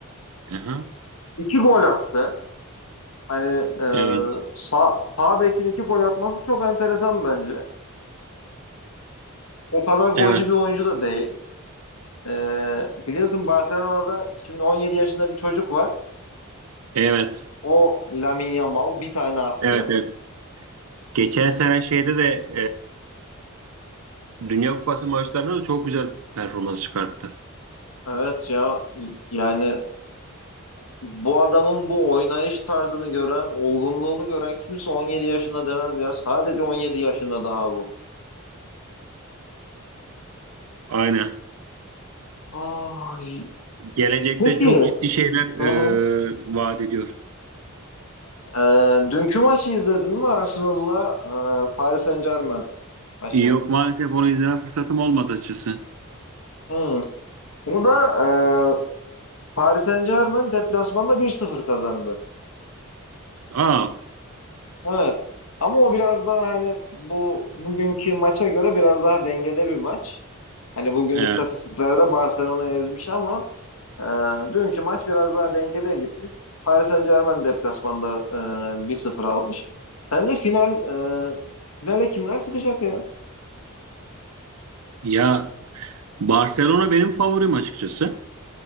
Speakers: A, on the right; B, on the left.
A: Aha,
B: İki gol attı. Hani e,
A: evet.
B: sağ, sağ bekin iki gol atması çok enteresan bence. O kadar golcü
A: Evet.
B: bir oyuncu da değil. E, biliyorsun Barcelona'da şimdi 17 yaşında bir çocuk var.
A: Evet.
B: O Lamine Yamal bir tane attı.
A: Evet. Evet. Geçen sene şeyde de e, Dünya Kupası maçlarında da çok güzel performans çıkarttı.
B: Evet ya yani bu adamın bu oynayış tarzını gören, olgunluğunu gören kimse 17 yaşında demez ya. Sadece 17 yaşında daha bu.
A: Aynen.
B: Ay,
A: Gelecekte
B: peki.
A: çok ciddi şeyler
B: Hı
A: e,
B: hı.
A: vaat ediyor.
B: E, dünkü maçı izledin mi Arsenal'la e, Paris Saint-Germain maçı?
A: Yok maalesef onu izleme fırsatım olmadı açıkçası.
B: Hı. Onu da e, Paris Saint-Germain deplasmanda bir sıfır kazandı.
A: Aa,
B: Evet. Ama o biraz daha hani bu bugünkü maça göre biraz daha dengede bir maç. Hani bugün
A: evet.
B: istatistiklerde Barcelona ezmiş ama e, dünkü maç biraz daha dengede gitmiş. Paris Saint-Germain deplasmanda e, 1-0 almış. Sence final e, finale kimler çıkacak ya?
A: Ya Barcelona benim favorim açıkçası.